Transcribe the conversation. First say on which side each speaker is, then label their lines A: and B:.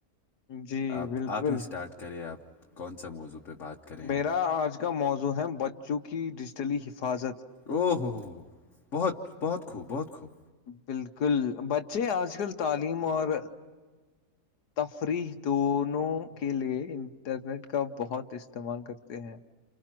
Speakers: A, on the left; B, on the left.
A: جی
B: آپ
A: بالکل
B: آپ ہی اسٹارٹ کرے آپ کون سا موضوع پہ بات کریں
A: میرا
B: ہم
A: آج کا موضوع ہے بچوں کی ڈیجیٹلی حفاظت
B: او ہو بہت بہت خوب بہت خوب
A: بالکل بچے آج کل تعلیم اور تفریح دونوں کے لیے انٹرنیٹ کا بہت استعمال کرتے ہیں